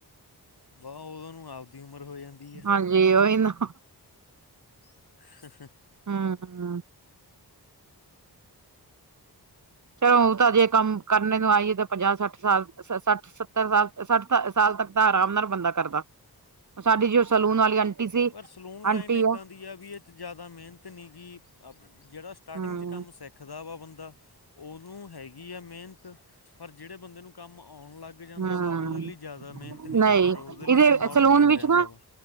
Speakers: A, on the left (about 70°); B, on the right (about 45°).
A: ਬਾਹ ਓਦੋਂ ਨੂੰ ਆਵਦੀ ਉਮਰ ਹੋ ਜਾਂਦੀ ਐ।
B: ਹਾਂਜੀ। ਓਹੀ ਨਾ
A: <inaudible>
B: ਹੂੰ-ਹੂੰ। ਚਲੋ ਊਤਾਂ ਜੇ ਕੰਮ ਕਰਨੇ ਨੂੰ ਆਈਏ ਤਾਂ ਪੰਜਾਹ-ਸੱਠ ਸਾਲ, ਸੱਠ-ਸੱਤਰ ਸਾਲ, ਸੱਠ ਸਾਲ ਤੱਕ ਤਾਂ ਆਰਾਮ ਨਾਲ ਬੰਦਾ ਕਰਦਾ। ਸਾਡੀ ਜੋ ਸੈਲੂਨ ਵਾਲੀ ਆਂਟੀ ਸੀ।
A: ਪਰ ਸਲੂਨ ਲਾਈਨ
B: ਆਂਟੀ
A: ਇੱਦਾਂ
B: ਹੁਣ
A: ਦੀ ਆ ਵੀ ਇਹ ਜ਼ਿਆਦਾ ਮੇਅਨਤ ਨਈ ਗੀ ਜੇੜਾ ਸਟਾਰਟਿੰਗ
B: ਹਮ
A: 'ਚ ਕੰਮ ਸਿੱਖਦਾ ਵਾ ਬੰਦਾ ਓਨੂੰ ਹੈਗੀ ਆ ਮੇਹਨਤ। ਜੇੜੇ ਬੰਦੇ ਨੂੰ ਕੰਮ ਆਉਣ ਲੱਗ ਜਾਂਦਾ
B: ਹੂੰ
A: ਵਾ ਉਹਦੇ ਲਈ ਜ਼ਿਆਦਾ ਮਿਹਨਤ ਨਹੀਂ
B: ਨਈ
A: ਗੀ ਫਿਰ ਉਹਦੇ ਲਈ
B: ਇਦੇ
A: ਤਾਂ ਨੋਰਮਲ
B: ਸਲੂਨ
A: ਹੀ ਹੋ
B: ਵਿੱਚ
A: ਜਾਂਦਾ
B: ਨਾ
A: ਵਾ